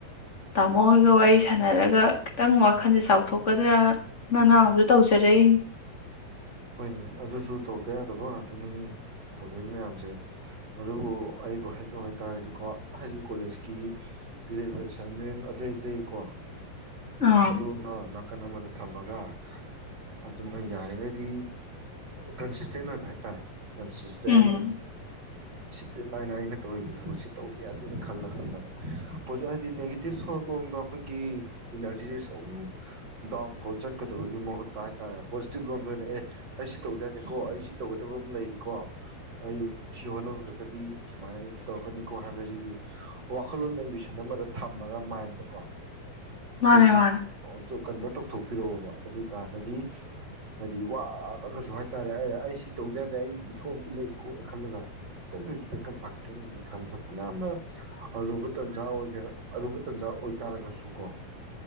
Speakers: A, on the left; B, on the right.
A: ꯇꯥꯃꯣ ꯍꯣꯏꯒ ꯋꯥꯔꯤ ꯁꯥꯟꯅꯔꯒ ꯈꯤꯇꯪ ꯋꯥꯈꯜꯁꯦ ꯆꯥꯎꯊꯣꯛꯀꯗ꯭ꯔꯅ ꯅꯅꯥꯕꯁꯨ ꯇꯧꯖꯔꯛꯏ
B: ꯍꯣꯏꯅꯦ ꯑꯗꯨꯁꯨ ꯇꯧꯗ ꯌꯥꯗꯕ ꯉꯥꯛꯇꯅꯤ ꯇꯧꯔꯛꯔꯤꯕ ꯃꯌꯥꯝꯁꯦ ꯑꯗꯨꯕꯨ ꯑꯩꯕꯨ ꯍꯥꯏꯖꯧ ꯍꯥꯏꯇꯥꯥꯔꯒꯗꯤꯀꯣ ꯍꯥꯏꯗꯤ ꯀꯣꯂꯦꯖꯀꯤ ꯄꯤꯔꯛꯏꯕ ꯑꯦꯁꯥꯏꯟꯃꯦꯟ ꯑꯇꯩ ꯑꯇꯩ ꯀꯣ
A: ꯑꯥ
B: ꯑꯗꯨꯅꯅꯥ ꯀꯅꯥ ꯃꯔ ꯊꯝꯃꯒ ꯑꯗꯨꯃ ꯌꯥꯔꯤꯉꯩꯗꯤ ꯀꯟꯁꯤꯁꯇꯦꯟ ꯑꯣꯏꯕ ꯍꯥꯏꯇꯥꯔꯦ ꯀꯟꯁꯁꯇꯦꯟ
A: ꯎꯝ
B: ꯠ ꯅꯥꯏꯅ ꯑꯩꯅ ꯇꯧꯔꯤꯕ ꯊꯕꯛꯁꯤ ꯇꯧꯗ ꯌꯥꯗꯦꯅ ꯈꯜꯂꯒ ꯍꯥꯏꯇꯥꯔꯦ ꯍꯥꯏꯗꯤ ꯅꯦꯒꯦꯇꯤꯞ ꯁꯣ ꯂꯣꯝꯗ ꯑꯩꯈꯣꯏꯒꯤ ꯏꯅꯔꯖꯤꯁꯦ ꯁꯨꯝ ꯗꯥꯎꯟ ꯐꯣꯜ ꯆꯠꯀꯗꯕꯒꯤ ꯃꯍꯨꯠꯇ ꯍꯥꯏꯇꯥꯥꯔꯦ ꯄꯣꯖꯤꯇꯤꯕ ꯂꯣꯝꯗ ꯑꯣꯏꯅ ꯑꯦ ꯑꯩ ꯁꯤ ꯇꯧꯗ ꯌꯥꯗꯦꯀꯣ ꯑꯩ ꯁꯤ ꯇꯧꯒꯗꯕ ꯑꯃ ꯂꯩꯔꯤꯀꯣ ꯑꯩ ꯁꯤ ꯍꯣꯠꯅꯔꯨꯗ꯭ꯔꯒꯗꯤ ꯁꯨꯃꯥꯏꯅ ꯑꯩ ꯇꯧꯔꯛꯀꯅꯤꯀꯣ ꯍꯥꯏꯕꯕꯁꯤꯒꯤ ꯋꯥꯈꯜꯂꯣꯟ ꯑꯦꯝꯕꯤꯁꯟ ꯑꯃꯗ ꯊꯝꯃꯒ ꯃꯥꯏꯟꯗꯣꯀꯣ
A: ꯃꯥꯅꯦ
B: ꯄꯣ
A: ꯃꯥꯅꯦ
B: ꯀꯟꯚꯔ ꯊꯣꯛ ꯄꯤꯔꯛꯑꯣꯕ ꯑꯗꯨ ꯑꯣꯏꯇꯥꯔꯒꯗꯤ ꯍꯥꯏꯗꯤ ꯋꯥꯔꯒꯁꯨ ꯍꯥꯏꯇꯥꯔꯦ ꯑꯦ ꯑꯩ ꯁꯤ ꯇꯧꯗ ꯌꯥꯗꯦ ꯑꯩꯒꯤ ꯏꯊꯧ ꯑꯝꯇ ꯂꯩ ꯀꯣꯅ ꯈꯜꯂꯒ ꯈꯤꯇꯪ ꯊꯁꯨ ꯕꯦꯀ ꯐꯥꯠꯇ꯭ꯔꯒꯅ ꯈꯂ ꯐꯅꯌꯥꯝꯅ ꯑꯔꯨꯕ ꯇꯟꯖꯥ ꯑꯣꯏꯒꯦꯔꯥ ꯑꯔꯨꯕ ꯇꯟꯖꯥ ꯑꯣꯏꯇꯥꯥꯔꯒꯁꯨ ꯀꯣ